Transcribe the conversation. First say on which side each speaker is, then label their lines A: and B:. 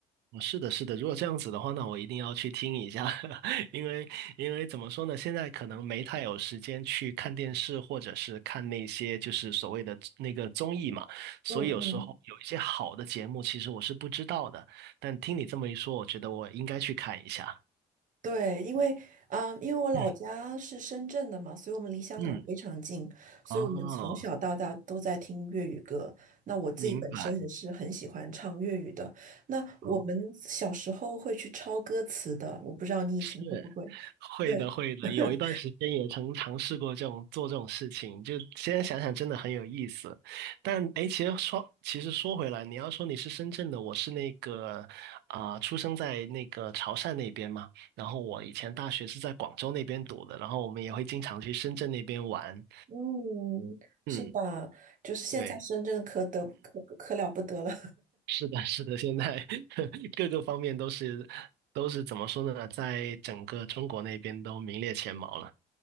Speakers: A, on the right; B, on the right.
A: 哦是的，是的。如果这样子的话，那我一定要去听一下，<laughs> 因为因为怎么说呢，现在可能没太有时间去看电视，或者是看那些就是所谓的那个综艺嘛，所以有时候有一些好的节目，
B: 嗯嗯，
A: 其实我是不知道的。但听你这么一说，我觉得我应该去看一下。
B: 对，因为啊、呃因为我老家是深圳的嘛，
A: 嗯
B: 所以我们离香港非常近，
A: 嗯，
B: 所以我们从小到大都在听粤语歌。
A: 哦，
B: 那我自己本身也是很喜欢唱粤语的。
A: 明白。
B: 那我们小时候会去抄歌词的，
A: 哦，
B: 我不知道你以前会不会？
A: 是。会的，
B: 对。
A: 会的，
B: <laughs>
A: 有一段时间也曾尝试过这种做这种事情，就现在想想真的很有意思。但哎，其实说其实说回来，你要说你是深圳的，我是那个啊、出生在那个潮汕那边嘛，然后我以前大学是在广州那边读的，然后我们也会经常去深圳那边玩。
B: 嗯，是吧？
A: 嗯，
B: 就是现在深圳可得可可了不得了，
A: 对，是的，是的，现在 <laughs> 各个方面都是都是怎么说呢，在整个中国那边都名列前茅了。